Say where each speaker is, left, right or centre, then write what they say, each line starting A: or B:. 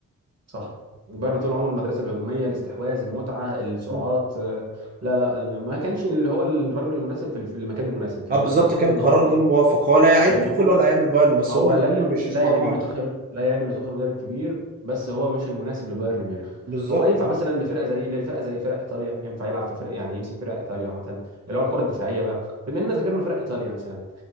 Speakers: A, on the right; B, on the right.
A: صح بايرن طول عمره المدرسه الهجوميه الاستحواذ المتعه السرعات
B: مم.
A: آه، لا لا ال- ما كانش اللي هو الرجل المناسب في في المكان المناسب كان
B: اه بالظبط
A: يعتقد
B: كان
A: ان
B: قرار
A: هو كان
B: غير
A: إيه،
B: موفق هو لا يعيب
A: يعني
B: توخيل
A: هو
B: ولا يعيب البايرن بس
A: هو
B: هما الاثنين
A: لا يعيب
B: ما بيمشوش
A: لا
B: مع
A: يعيب
B: بعض
A: ان توخيل لا يعيب ان توخيل مدرب كبير بس هو مش المناسب لبايرن ميونخ
B: بالظبط
A: هو ينفع
B: اه
A: مثلا لفرقه زي لفرقه زي فرق ايطاليا ينفع يلعب في فرق يعني يمسك فرق ايطاليا عامه اللي هو الكره الدفاعيه بقى بما اننا ذكرنا فرق ايطاليا مثلا